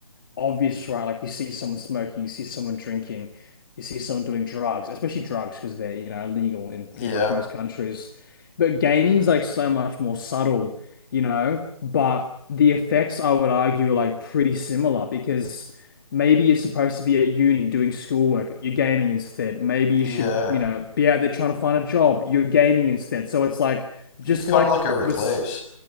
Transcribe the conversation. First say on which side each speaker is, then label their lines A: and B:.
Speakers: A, on the left; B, on the left.
A: obvious, right? Like you see someone smoking, you see someone drinking, you see someone doing drugs, especially drugs because they're, you know, illegal in
B: Yeah,
A: pretty much most countries. But gaming's like so much more subtle, you know, but the effects I would argue are like pretty similar because Maybe you're supposed to be at uni doing schoolwork. You're gaming instead. Maybe you
B: yeah.
A: should, you know, be out there trying to find a job. You're gaming instead. So it's like just
B: You become
A: like
B: like a recluse
A: with